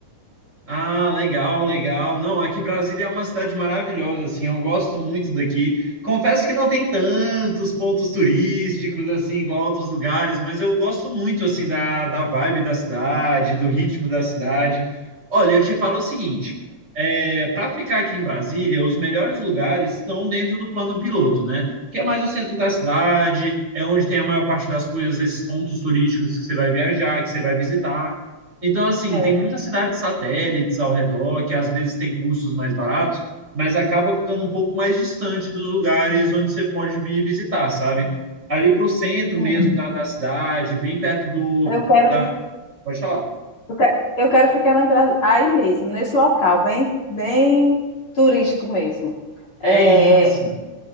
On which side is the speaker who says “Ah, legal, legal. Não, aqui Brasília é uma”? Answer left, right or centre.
Right